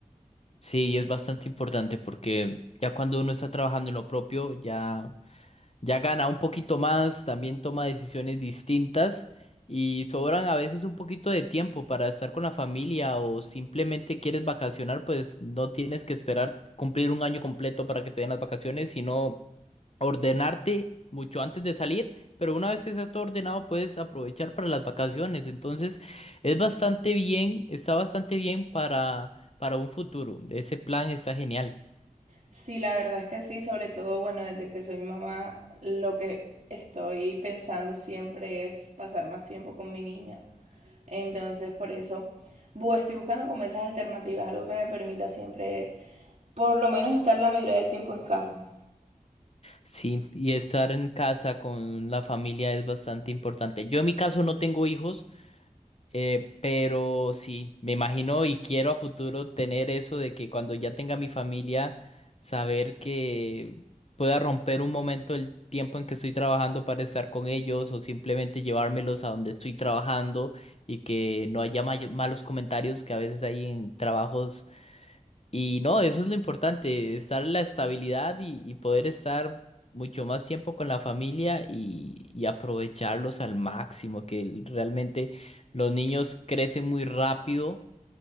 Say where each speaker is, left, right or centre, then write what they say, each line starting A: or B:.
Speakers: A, on the left (about 50°); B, on the right (about 55°).
A: Sí, es bastante importante porque ya cuando uno está trabajando en lo propio, ya, ya gana un poquito más, también toma decisiones distintas y sobran a veces un poquito de tiempo para estar con la familia o simplemente quieres vacacionar, pues no tienes que esperar cumplir un año completo para que te den las vacaciones, sino... ordenarte mucho antes de salir, pero una vez que está todo ordenado puedes aprovechar para las vacaciones. Entonces, es bastante bien, está bastante bien para, para un futuro. Ese plan está genial.
B: Sí, la verdad es que sí, sobre todo, bueno, desde que soy mamá, lo que estoy pensando siempre es pasar más tiempo con mi niña. Entonces, por eso, bu- estoy buscando como esas alternativas, algo que me permita siempre, por lo menos, estar la mayoría del tiempo en casa.
A: Sí, y estar en casa con la familia es bastante importante. Yo en mi caso no tengo hijos, Eh, pero sí, me imagino y quiero a futuro tener eso de que cuando ya tenga mi familia, saber que pueda romper un momento el tiempo en que estoy trabajando para estar con ellos o simplemente llevármelos a donde estoy trabajando y que no haya mayo- malos comentarios que a veces hay en trabajos y no, eso es lo importante, estar en la estabilidad y, y poder estar mucho más tiempo con la familia y, y aprovecharlos al máximo, que el- realmente los niños crecen muy rápido